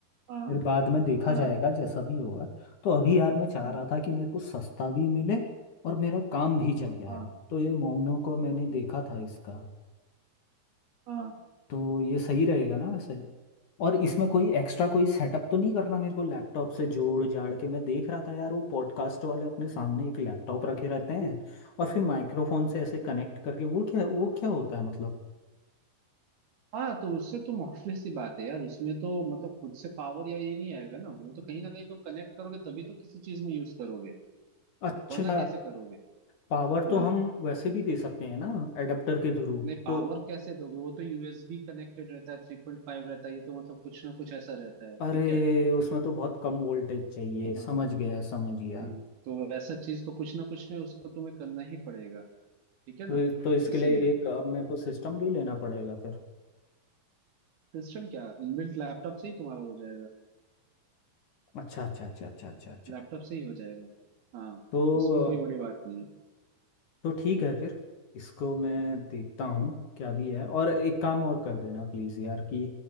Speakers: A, on the right; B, on the left.
A: हाँ
B: फिर बाद में देखा
A: हाँ
B: जाएगा जैसा भी होगा तो अभी यार मैं चाह
A: हाँ
B: रहा था कि मेरे को सस्ता भी मिले और मेरा काम भी चल जाए
A: हाँ
B: तो ये मोनो को मैंने देखा था इसका
A: हाँ
B: तो ये सही रहेगा ना वैसे और इसमें कोई एक्स्ट्रा कोई सेटअप तो नहीं करना मेरे को लैपटॉप से जोड़ जाड़ के मैं देख रहा था यार वो पॉडकास्ट वाले अपने सामने एक लैपटॉप रखे रहते हैं और फिर माइक्रोफोन से ऐसे कनेक्ट करके वो क्या वो क्या होता है मतलब
A: हाँ तो उससे तो ऑब्वियस सी बात है यार उसमें तो मतलब खुद से पावर या ये नहीं आएगा ना वो तो कहीं ना कहीं तुम कनेक्ट करोगे तभी तो किसी चीज में यूज करोगे
B: अच्छा
A: वरना कैसे करोगे
B: पावर तो
A: हाँ
B: हम वैसे भी दे सकते हैं ना एडाप्टर के थ्रू
A: नहीं पावर
B: तो
A: कैसे दोगे वो तो यूएसबी कनेक्टेड रहता है थ्री पॉइंट फाइव रहता है ये तो मतलब कुछ ना कुछ ऐसा रहता है ठीक
B: अरे
A: है
B: उसमें तो बहुत कम वोल्टेज चाहिए
A: हाँ
B: समझ गया समझ गया
A: हम्म तो ऐसा चीज तो कुछ ना कुछ में उसको तुम्हें करना ही पड़ेगा ठीक है
B: तो,
A: ना
B: तो इसके
A: इसीलिए
B: लिए एक अब मेरे को सिस्टम भी लेना पड़ेगा फिर
A: सिस्टम क्या इनबिल्ट लैपटॉप से ही तुम्हारा हो जाएगा
B: अच्छा अच्छा अच्छा अच्छा अच्छा अच्छा
A: लैपटॉप से ही हो जाएगा हाँ
B: तो
A: इसमें कोई बड़ी बात नहीं है
B: तो ठीक है फिर इसको मैं देखता
A: हम्म
B: हूँ क्या भी है और एक काम और कर देना प्लीज़ यार कि